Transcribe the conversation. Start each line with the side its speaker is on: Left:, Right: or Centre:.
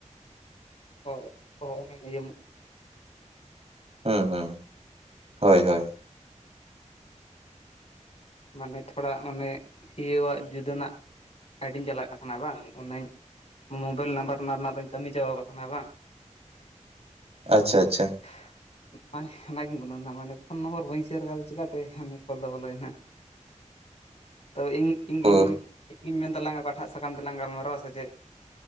Left: ᱚ ᱚᱦᱚ ᱚᱱᱟᱢ ᱤᱭᱟᱹᱼᱼ
Right: ᱦᱩᱸ ᱦᱩᱸ ᱦᱳᱭ ᱦᱳᱭ᱾
Left: ᱢᱟᱱᱮ ᱛᱷᱚᱲᱟ ᱢᱟᱱᱮ ᱤᱭᱟᱹᱣᱟᱜ ᱡᱩᱫᱟᱹᱱᱟᱜ ᱠᱟᱹᱰᱤᱧ ᱪᱟᱞᱟᱜ ᱠᱟᱱ ᱛᱟᱦᱮᱱᱟ ᱵᱟᱝ ᱚᱱᱟᱹᱧ ᱢᱳᱵᱟᱭᱤᱞ ᱱᱟᱢᱵᱟᱨ ᱨᱮᱱᱟᱜ ᱨᱮᱱᱟᱜ ᱫᱚᱢ ᱠᱟᱹᱢᱤ ᱪᱟᱵᱟ ᱟᱠᱟ ᱛᱟᱦᱮᱱᱟ ᱵᱟᱝ?
Right: ᱟᱪᱪᱷᱟ ᱟᱪᱪᱷᱟ᱾
Left: <unintelligible> ᱢᱟᱱᱮ ᱯᱷᱳᱱ ᱱᱚᱢᱵᱚᱨ ᱵᱟᱹᱧ ᱥᱮᱭᱟᱨ ᱠᱟᱫᱟ ᱪᱮᱠᱟᱛᱮ ᱠᱳᱞ ᱫᱚ ᱵᱚᱞᱚᱭᱮᱱᱟ᱾ ᱛᱚ ᱤᱧ ᱤᱧᱜᱤᱧ
Right: ᱚ
Left: ᱢᱮᱱ ᱛᱟᱞᱟᱝ ᱚᱠᱟᱴᱟᱜ ᱥᱟᱠᱟᱢ ᱛᱮᱞᱟᱝ ᱜᱟᱞᱢᱟᱨᱟᱣᱟ ᱥᱮ ᱪᱮᱫ?